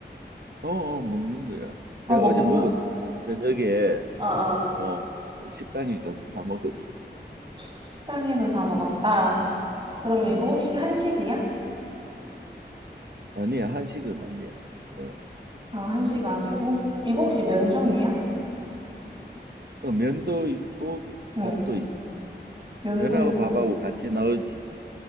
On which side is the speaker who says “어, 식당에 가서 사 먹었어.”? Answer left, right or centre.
Right